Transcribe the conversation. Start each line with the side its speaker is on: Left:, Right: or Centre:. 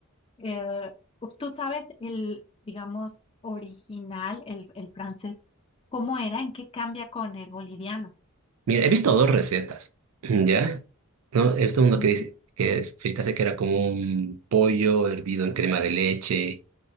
Left: Eh, ¿tú sabes el, digamos, original, el, el francés, cómo era? ¿En qué cambia con el boliviano?
Right: Mira, he visto dos recetas, <clears throat> ¿ya? ¿No? He visto uno
Left: Ujú.
Right: que dice, que fíjate que era como un pollo hervido en crema de leche